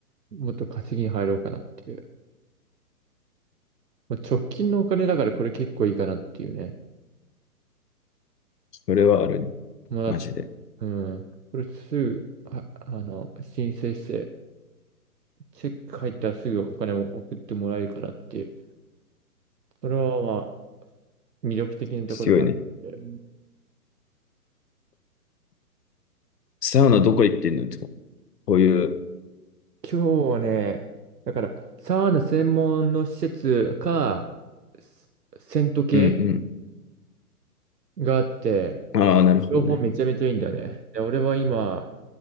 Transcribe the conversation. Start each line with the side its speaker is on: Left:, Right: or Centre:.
Right: もっと稼ぎに入ろうかなっていう。まあ、直近のお金だからこれ結構いいかなっていうね。
Left: それはあるね。
Right: まあ、
Left: マジで。
Right: うん。これすぐ、あ、あの、申請して、チェック入ったらすぐお金も送ってもらえるからっていう。それはまあ、魅力的なところかなって。
Left: 強いね。サウナどこ行ってんのいつも。こういう。
Right: 今日はね、だから、サウナ専門の施設か、セセント系
Left: うん
Right: があって、
Left: うん。ああ、なるほどね。
Right: 両方めちゃめちゃいいんだよね。で、俺は今、